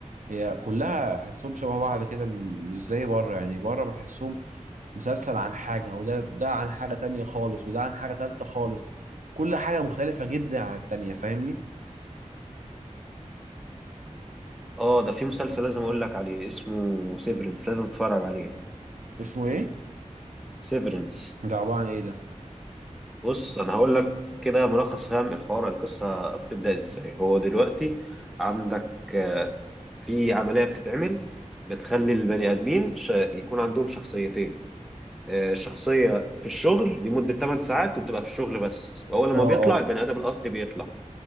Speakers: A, on the right (about 90°); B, in the centre.
A: هي كلها احسهم شبه بعض كده م- مش زي بره يعني بره بحسهم مسلسل عن حاجه وده ده عن حاجه تانية خالص وده عن حاجه تالتة خالص كل حاجه مختلفه جدا عن التانية فاهمني
B: اه ده في مسلسل لازم اقول لك عليه اسمه سيفرنس لازم تتفرج عليه
A: اسمه ايه
B: سيفرنس
A: ده عباره عن ايه ده
B: بص انا هقول لك كده ملخص فاهم الحوار القصه بتبدا ازاي هو دلوقتي عندك آه، في عمليه بتتعمل بتخلي البني ادمين ش... يكون عندهم شخصيتين آه، شخصيه في الشغل لمده 8 ساعات وبتبقى في الشغل بس واول
A: اه
B: ما بيطلع
A: اه
B: البني ادم الاصلي بيطلع